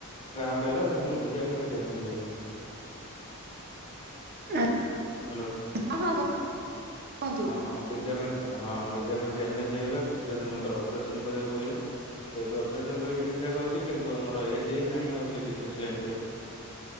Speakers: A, on the left; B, on the right.
A: କ୍ରାମ୍ପ ହେଲା ସେଠୁ ମୋ ଲିଗାମେଣ୍ଟ ଡ୍ୟାମେଜ୍ ହେଇଗଲା।
B: <unintelligible>
A: ହାଲୋ
B: ହଁ ହଁ କୁହନ୍ତୁ।
A: ହଁ ଲିଗାମେଣ୍ଟ ହଁ ଲିଗାମେଣ୍ଟ ଡ୍ୟାମେଜ ହେଇଗଲା <unintelligible> ଅପରେସନ କରିବାକୁ ପଇିଲା। ତ ଏବେ ଅପରେସନ କରିକି ଠିକ ଠାକ୍ ଅଛି କିନ୍ତୁ ଆମର ଏଜ ହିଁ ନାହିଁ ଆଉ ସେ ଡିଫେନ୍ସ ଲାଇନ ପାଇଁ।